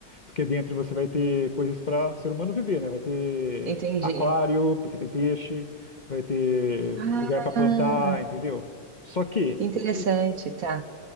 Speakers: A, on the left (about 35°); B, on the right (about 55°).
A: Porque dentro você vai ter coisas para ser humano viver, né? Vai ter
B: entendi.
A: aquário, porque tem peixe, vai ter
B: Ah,
A: lugar para plantar, entendeu? Só que
B: que interessante,
A: o- o-
B: tá.